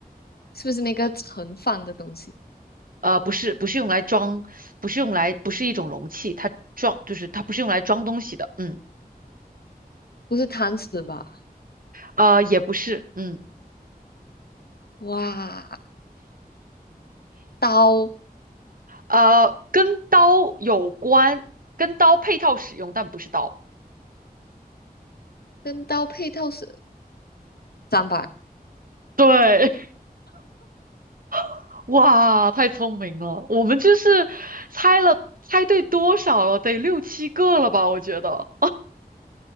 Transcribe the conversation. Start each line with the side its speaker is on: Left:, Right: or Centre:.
Left: 是不是那个盛饭的东西？
Right: 呃，不是不是用来装，不是用来不是一种容器，它装就是它不是用来装东西的，嗯，
Left: 不是汤匙吧？
Right: 呃，也不是，嗯，
Left: 哇，刀
Right: 呃，跟刀有关，跟刀配套使用，但不是刀。
Left: 跟刀配套是砧板。
Right: 对，<laughs> 哇，太聪明了，我们就是猜了猜对多少了？得六七个了吧？我觉得